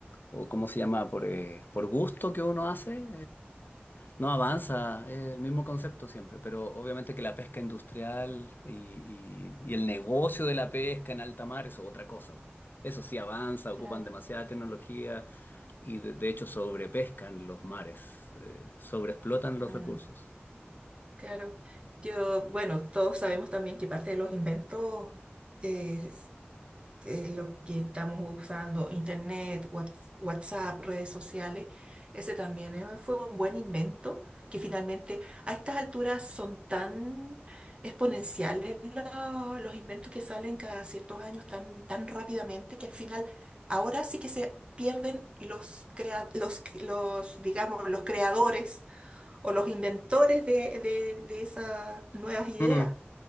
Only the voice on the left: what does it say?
o cómo se llama, por, eh, por gusto que uno hace, No avanza, es el mismo concepto siempre, pero obviamente que la pesca industrial y, y- y el negocio de la pesca en alta mar eso es otra cosa. po. Eso sí avanza, ocupan
demasiada tecnología y de, de hecho sobrepescan los mares, eh, sobreexplotan
los recursos.
Mm,